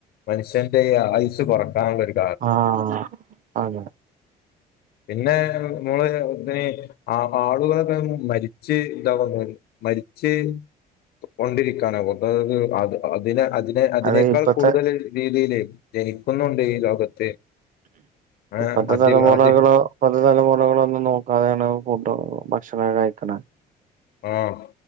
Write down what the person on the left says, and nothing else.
മനുഷ്യന്റെ ആയുസ് കൊറക്കാനുള്ളൊരു
പിന്നെ നമ്മള് പിന്നെ ആളുകളൊക്കെ മരിച്ച് ഇതാവാ മരിച്ച് കൊണ്ടിരിക്കാണ് അതായത് അത് അതിനെ അ അതിനേക്കാൾ
കൂടുതൽ രീതിയിൽ ജനിക്കുന്നുണ്ട് ഈ ലോകത്ത് ഏ,
അതി
അതി
ആഹ്